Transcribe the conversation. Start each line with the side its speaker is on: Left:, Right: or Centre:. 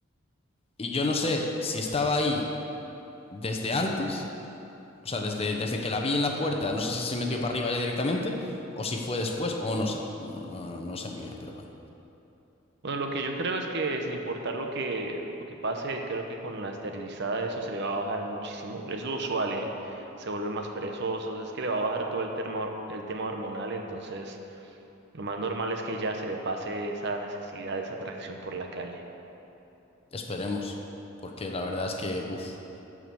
Left: Y yo no sé si estaba ahí desde antes, o sea, desde, desde que la vi en la puerta, no sé si se metió para arriba ya directamente, o si fue después, o no sé. No, no, no sé muy bien, pero bueno.
Right: Bueno, lo que yo creo es que sin importar lo que, lo que pase, creo que con la esterilizada eso se le va a bajar muchísimo. Es lo usual, ¿eh? Se vuelve más perezoso, es que le va a bajar todo el tema, el tema hormonal, entonces lo más normal es que ya se le pase esa necesidad, esa atracción por la calle.
Left: Esperemos. Porque la verdad es que, uff,